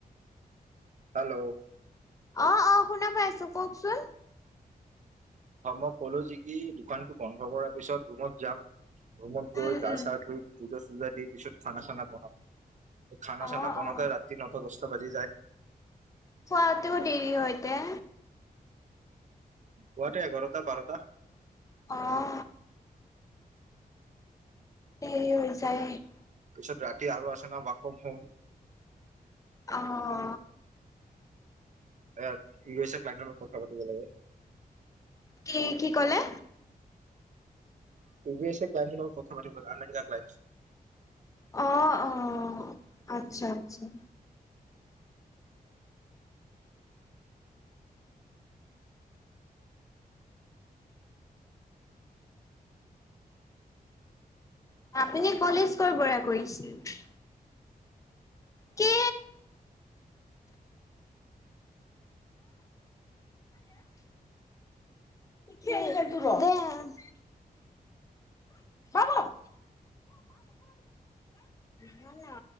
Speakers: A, on the right; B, on the left.
A: হেল্ল'।
B: অ অঁ শুনা পাইছো কওকচোন।
A: হয় মই ক'লো যি কি দোকানতো বন্ধ কৰাৰ পিছত ৰুমত যাম। ৰুমত গৈ
B: উম
A: গা
B: উম
A: চা ধুই পূজা চূজা দি পিছত খানা চানা বনাম। খানা
B: অ',
A: চানা বনাওঁতে
B: অ',
A: ৰাতি নটা দছটা বাজি যায়।
B: খোৱাতো দেৰি হয়তে।
A: খোৱাতে এঘাৰটা- বাৰটা।
B: অঁ। দেৰি হৈ যায়।
A: পিছত ৰাতি আৰু আছে ন' ৱাক অফ হোম।
B: অ'।
A: এ, ই কৈছে ক্লাইণ্টৰ লগত কথা পাতিব লাগে।
B: কি কি ক'লে?
A: ই কৈ আছে ক্লাইণ্টৰ লগত কথা পাতিব লাগে আমেৰিকা ক্লাইণ্টচ।
B: অ', অ' আচ্ছা আচ্ছা। আপুনি কলেজ ক'ৰ পৰা কৰিছিল? কি <unintelligible> অ', ভাল আ